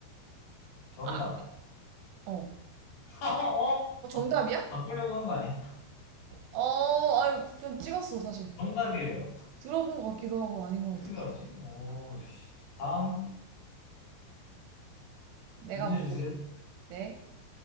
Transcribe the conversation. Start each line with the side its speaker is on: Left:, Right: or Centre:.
Left: 정답.
Right: 아, 어.
Left: <laughs> 어?
Right: 어, 정답이야?
Left: 바꾸려고 한 거 아니야?
Right: 어, 아유, 그냥 찍었어, 사실.
Left: 정답이에요.
Right: 들어본 것 같기도 하고 아닌 것
Left: 어떻게
Right: 같아서.
Left: 알았지? 오, 씨. 다음
Right: 내가
Left: 문제
Right: 문제
Left: 주세요.
Right: 내 네.